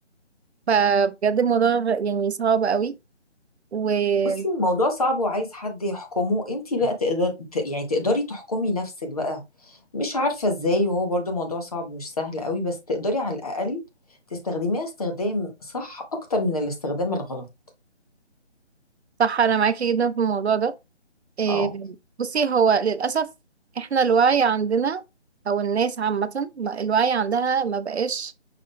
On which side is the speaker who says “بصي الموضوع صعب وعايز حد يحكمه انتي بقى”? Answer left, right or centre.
Left